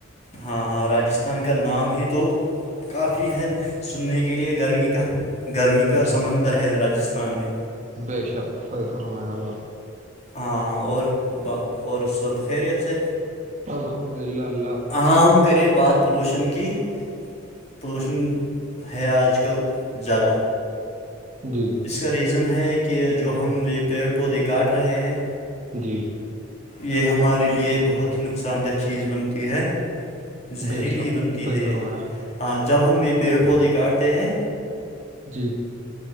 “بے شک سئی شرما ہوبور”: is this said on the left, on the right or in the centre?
Right